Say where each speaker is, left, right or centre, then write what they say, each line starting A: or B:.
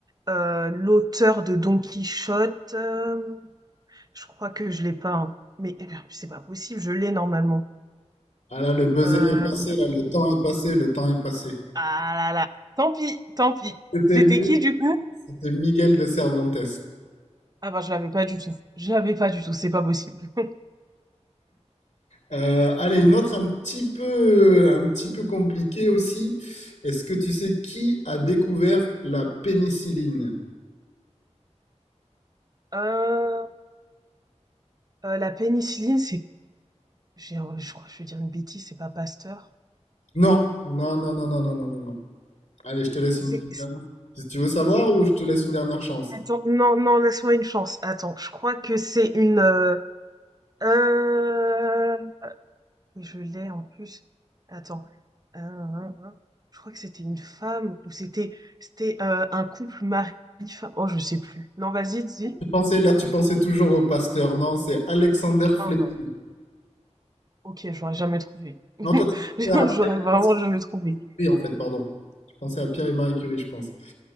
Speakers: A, on the right; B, on the left.
A: euh, l'auteur de Don Quichotte. euh, Je crois que je l'ai pas, hein. Mais eh ben, c'est pas possible, je l'ai normalement.
B: Ah là, le buzzer
A: Euh,
B: est passé, là, le temps est passé, le temps est passé.
A: Ah là là. Tant pis, tant pis.
B: C'était
A: C'était
B: Mi-
A: qui du coup?
B: c'était Miguel de Cervantes.
A: Ah bah je l'avais pas du tout. Je l'avais pas du tout, c'est pas possible. <laughs>
B: Euh, allez, une autre un petit peu, un petit peu compliquée aussi. Est-ce que tu sais qui a découvert la pénicilline?
A: Euh, euh, la pénicilline, c'est. j'ai- Je crois que je vais dire une bêtise, c'est pas Pasteur.
B: Non, non, non, non, non, non, non, non, non. Allez, je te laisse
A: C'est.
B: une petite.
A: c'est-
B: Si tu veux savoir ou je te laisse une dernière chance.
A: Attends, non, non, laisse-moi une chance. Attends, je crois que c'est une. euh, euh, Et je l'ai en plus. Attends. Euh, je crois que c'était une femme ou c'était c'était euh, un couple mari-femme. Oh, je sais plus. Non, vas-y, dis.
B: Tu pensais, là, tu pensais toujours au Pasteur. Non, c'est Alexander
A: Ah
B: Fleming.
A: bah, ok, j'aurais jamais trouvé. <laughs>
B: Non, toi, tu
A: J'aurais
B: pensais à Pierre et
A: vraiment
B: Marie
A: jamais trouvé.
B: Curie, en fait, pardon. Tu pensais à Pierre et Marie Curie, je pense.